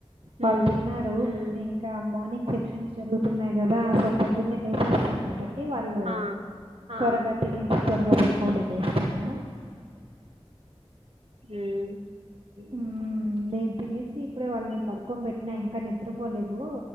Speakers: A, on the right; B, on the right.
A: వాళ్ళు
B: ఉమ్
A: తిన్నారు ఇంకా మార్నింగ్ సెక్షన్స్ జరుగుతంది న్నాయి కదా సో పొద్దున్నే లేసేస్తారు కాబట్టి వాళ్ళు
B: హా
A: త్వరగా తినేసి త్వరగా పడుకొ పెెట్టేస్తాను
B: ఉమ్
A: మ్మ్. నేను తినేసి ఇప్పుడే వాళ్ళని పడుకొనిబట్టినా ఇంకా నిద్రపోలేదు